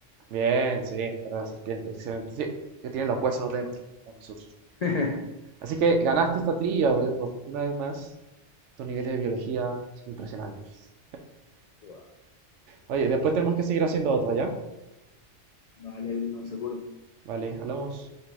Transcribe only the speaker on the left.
<laughs>
Wow,
Vale, no, seguro.